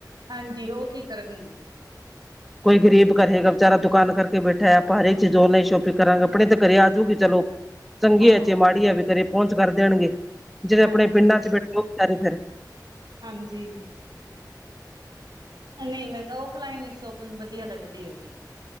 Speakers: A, on the right; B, in the centre.
A: ਹਾਂਜੀ, ਉਹ ਕੀ ਕਰਨਗੇ?
B: ਕੋਈ ਗਰੀਬ ਕਹੇਗਾ, ਵਿਚਾਰਾ ਦੁਕਾਨ ਕਰਕੇ ਬੈਠਾ ਹੈ। ਆਪਾਂ ਹਰੇ ਚੀਜ਼ ਔਨਲਾਈਨ ਸ਼ੋਪਿੰਗ ਕਰਾਂਗੇ ਆਪਣੇ ਤੇ ਘਰੇ ਆਜੂਗੀ, ਚਲੋ। ਚੰਗੀ
A: ਹਾਂਜੀ,
B: ਐ ਚਾਹੇ ਮਾੜੀ ਆਵੇ, ਘਰੇ ਪਹੁੰਚ ਕਰ ਦੇਣਗੇ, ਜਿਹੜੇ
A: ਹਾਂਜੀ,
B: ਆਪਣੇ ਪਿੰਡਾਂ, ਚ ਬੈਠੇ ਉਹ ਵਿਚਾਰੇ ਫਿਰ
A: ਹਾਂਜੀ। ਨਹੀਂ, ਮੈਨੂੰ ਤਾਂ ਔਫਲਾਈਨ ਹੀ ਸ਼ੋਪਿੰਗ ਵਧੀਆ ਲੱਗਦੀ ਹੈ ਜੀ।